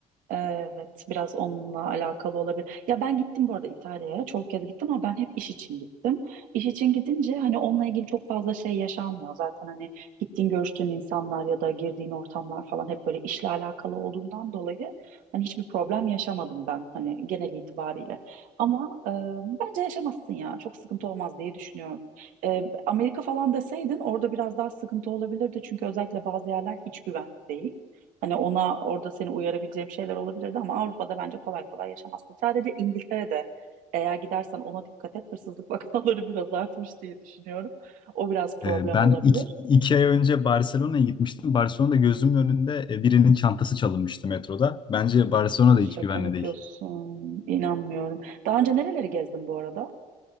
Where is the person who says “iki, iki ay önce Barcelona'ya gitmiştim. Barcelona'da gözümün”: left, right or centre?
Left